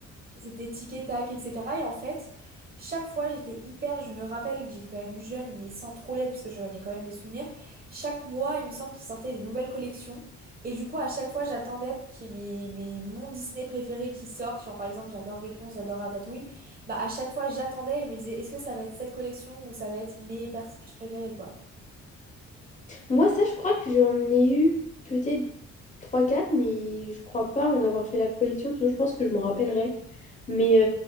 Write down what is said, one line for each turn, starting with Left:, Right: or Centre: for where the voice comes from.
Right: c'était Tic et Tac etc et en fait chaque fois j'étais hyper je me rappelle j'étais quand même jeune mais sans trop l'être parce que j'en ai quand même des souvenirs chaque mois il me semble qu'ils sortaient des nouvelles collections et du coup à chaque fois j'attendais qu'il y ait mes, mes mon Disney préféré qui sorte genre par exemple j'adore Réponse j'adore Ratatouille bah à chaque fois j'attendais et je me disais est-ce que ça va être cette collection ou ça va être mes personnages préférés quoi
Left: Moi, ça, je crois que j'en ai eu peut-être trois quatre mais je crois pas en avoir fait la collection, sinon je pense que je m'en rappellerais. Mais,